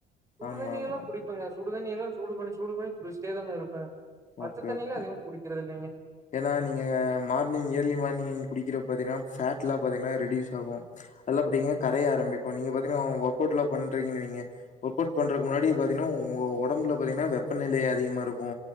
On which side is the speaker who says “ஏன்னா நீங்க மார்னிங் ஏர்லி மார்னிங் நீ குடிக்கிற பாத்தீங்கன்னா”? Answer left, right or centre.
Left